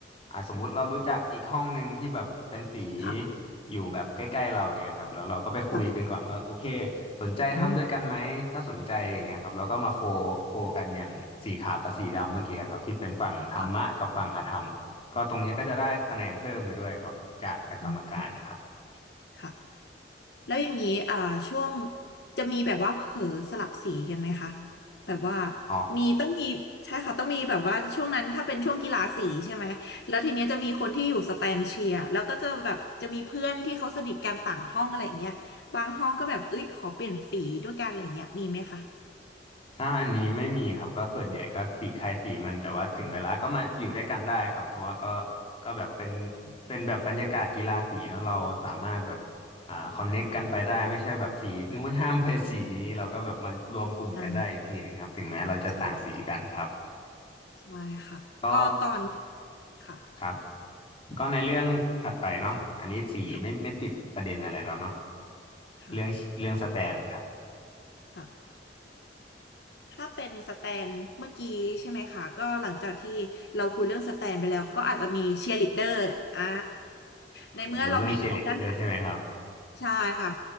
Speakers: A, on the left; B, on the left.
A: อ่าสมมุติเรารู้จักอีกห้องหนึ่งที่แบบเป็นสี
B: ค่ะ
A: อยู่แบบใกล้ๆเราอย่างเงี้ยครับแล้วเราก็ไปคุยกันก่อนว่าโอเค
B: ค่ะ
A: สนใจทำด้วยกันไหมถ้าสนใจอย่างเงี้ยครับแล้วก็มาโคโคกันอย่างสีขาวกับสีดำเมื่อกี้ครับที่เป็นฝั่งธรรมะกับฝั่งอธรรมก็ตรงเนี้ยก็จะได้คะแนนเพิ่มไปด้วยครับจากจากกรรมการนะครับ
B: อืมค่ะอืมค่ะ แล้วอย่างนี้อ่าช่วงจะมีแบบว่าเผลอสลับสีกันไหมคะแบบว่า
A: อ๋อ
B: มีต้องมีใช่ค่ะต้องมีแบบว่าช่วงนั้นถ้าเป็นช่วงกีฬาสีใช่ไหมแล้วทีเนี้ยจะมีคนที่อยู่สแตนเชียร์แล้วก็จะแบบจะมีเพื่อนที่เขาสนิทกันต่างห้องอะไรอย่างเงี้ยบางห้องก็แบบเอ้ยขอเปลี่ยนสีด้วยกันอะไรอย่างเงี้ยมีไหมคะ
A: ถ้าอันนี้ไม่มีครับก็ส่วนใหญ่ก็สีใครสีมันแต่ว่าถึงเวลาก็มาอยู่ด้วยกันได้ครับเพราะว่าก็ก็แบบเป็นเป็นแบบบรรยากาศกีฬาสีเนาะเราสามารถแบบอ่าคอนเน็กกันไปได้ไม่ใช่แบบสีนู้นห้ามไปสีนี้เราก็แบบมารวมกลุ่มกันได้อีกทีหนึ่งครับถึงแม้เราจะต่างสีกันครับ
B: อ่าใช่ใช่ค่ะก็ตอน
A: ก็
B: ค่ะ
A: ครับก็ในเรื่องถัดไปเนาะอันนี้สีไม่ไม่ติดประเด็นอะไรแล้วเนาะ
B: ค่ะค่ะค
A: เรื่องเรื่องสแตนครับ
B: ่ะ ถ้าเป็นสแตนเมื่อกี้ใช่ไหมคะก็หลังจากที่เราคุยเรื่องสแตนไปแล้วก็อาจจะมีเชียร์ลีดเดอร์อ่าในเมื่อเรามีพร็อพด้านหลัง
A: อยากรู้เรื่องเชียร์ลีดเดอร์ใช่ไหมครับ
B: ใช่ค่ะ